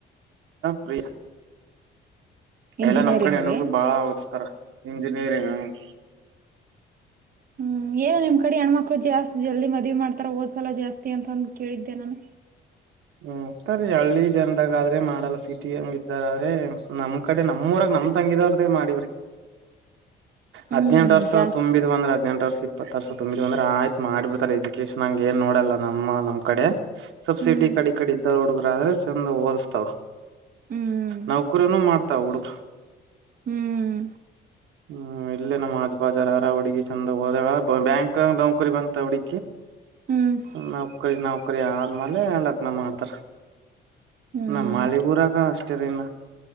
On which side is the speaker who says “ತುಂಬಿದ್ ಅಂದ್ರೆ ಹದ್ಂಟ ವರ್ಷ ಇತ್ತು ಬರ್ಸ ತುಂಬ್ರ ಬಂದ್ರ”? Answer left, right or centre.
Right